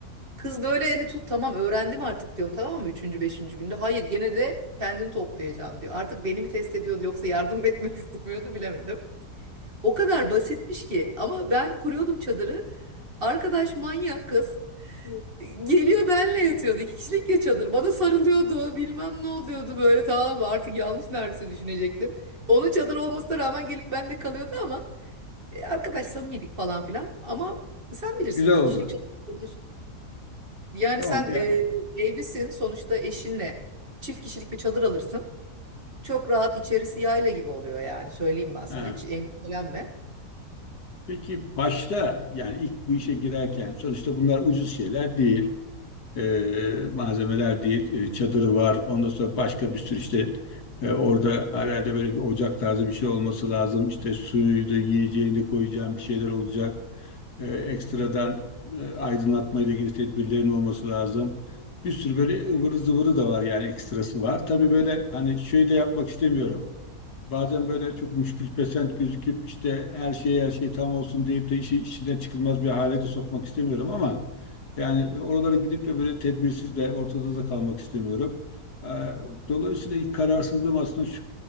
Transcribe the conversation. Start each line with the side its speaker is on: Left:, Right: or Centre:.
Right: Kız böyle elini tut tamam öğrendim artık diyorum tamam mı? Üçüncü, beşinci günde. Hayır gene de kendini toplayacaksın diyor. Artık beni mi test ediyordu yoksa yardım etmek <laughs> istemiyordu bilemedim. O kadar basitmiş ki ama ben kuruyordum çadırı. Arkadaş manyak kız. e, Geliyor benle yatıyordu. İki kişilik ya çadır. Bana sarılıyordu. Bilmem ne oluyordu böyle tamam mı? Artık yanlış neredeyse düşünecektim. Onun çadır olmasına rağmen gelip benle kalıyordu ama e, arkadaş samimiydik falan filan. Ama sen bilirsin
Left: Güzel
Right: iki
Left: oldu.
Right: kişilik çadır yani
Left: Tamam
Right: sen
Left: yani.
Right: e, evlisin sonuçta eşinle çift kişilik bir çadır alırsın. Çok rahat içerisi yayla gibi oluyor yani söyleyeyim ben sana
Left: Ha.
Right: hiç endişelenme.
Left: Peki başta yani ilk bu işe girerken sonuçta bunlar ucuz şeyler değil. Ee, malzemeler değil. Ee, çadırı var. Ondan sonra başka bir sürü işte e, orada herhalde böyle bir ocak tarzı bir şey olması lazım. İşte suyuydu, yiyeceğini koyacağım bir şeyler olacak. e, ekstradan e, aydınlatma ile ilgili tedbirlerin olması lazım. Bir sürü böyle ıvırı zıvırı da var yani ekstrası var. Tabii böyle hani şey de yapmak istemiyorum. Bazen böyle çok müşkülpesent gözüküp işte her şey her şey tam olsun deyip de işi işinden çıkılmaz bir hale de sokmak istemiyorum ama yani oralara gidip de böyle tedbirsiz de ortada da kalmak istemiyorum. Ee, Dolayısıyla ilk kararsızlığım aslında şu